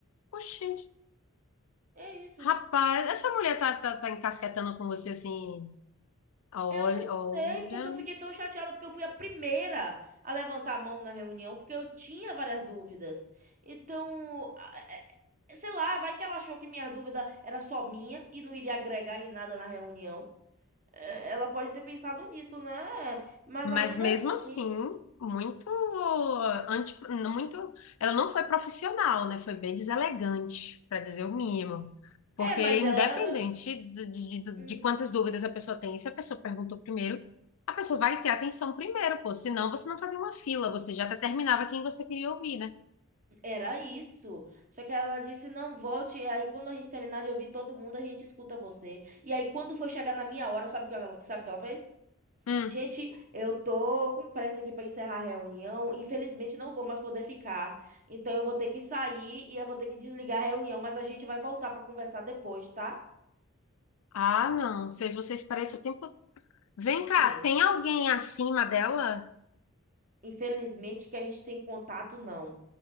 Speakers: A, on the left; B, on the right.
A: oxi.
B: É isso.
A: Rapaz, essa mulher tá, tá, tá encasquetando com você assim. Olha,
B: Eu não sei
A: olha.
B: porque eu fiquei tão chateada, porque eu fui a primeira a levantar a mão na reunião, porque eu tinha várias dúvidas. Então, a- é- é- é, sei lá, vai que ela achou que minha dúvida era só minha e não iria agregar em nada na reunião. É, Ela pode ter pensado nisso, né? Mas
A: Mas
B: ainda
A: mesmo
B: assim.
A: assim, muito anti, muito, ela não foi profissional, né? Foi bem deselegante, para dizer o mínimo. Porque
B: É, mas
A: independente
B: ela.
A: de, de,
B: hum,
A: de quantas dúvidas a pessoa tem, se a pessoa perguntou primeiro, a pessoa vai ter atenção primeiro, pô. Senão você não fazia uma fila, você já determinava quem você queria ouvir, né?
B: Era isso. Só que ela disse: não, volte. E aí, quando a gente terminar de ouvir todo mundo, a gente escuta você. E aí, quando foi chegar na minha hora, sabe o que ela, sabe o que ela fez?
A: Hum.
B: Gente, eu tô com pressa aqui para encerrar a reunião. Infelizmente, não vou mais poder ficar. Então, eu vou ter que sair e eu vou ter que desligar a reunião. Mas a gente vai voltar para conversar depois, tá?
A: Ah, não, fez você esperar esse tempo. Vem cá,
B: Sim.
A: tem alguém acima dela?
B: Infelizmente, que a gente tem contato, não.